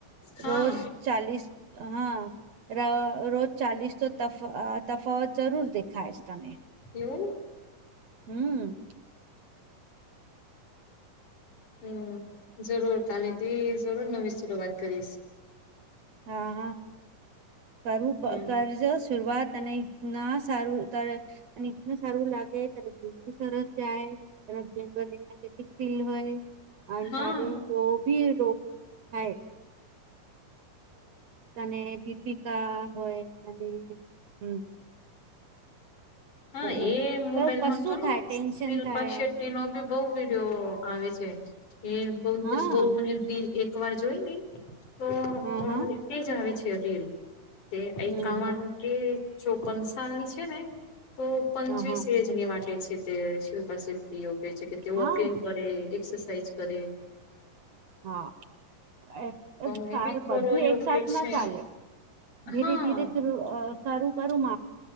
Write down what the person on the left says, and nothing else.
હા
એવું
હમ જરૂર તાલેથી જરૂર નવી શરૂઆત કરીશ
હમ
હા
હા
એ મોબાઈલ
મા તો
શિલ્પા
શેટ્ટી નો બી બઉ વિડીયો આવે છે એ બ
બહ મને દી એક વાર જોઈ ને તો
તે જ આવે છે રીલ તે
એકાવન
કે ચોપન સાલની છે ને તો પંચવીસ
એ ની માટે છે તે શિલ્પા શતિ છે તે
વોકિંગ કરે એક્સરસાઇઝ કરે
તમે
બી કરો
યોગ
કે છે
હા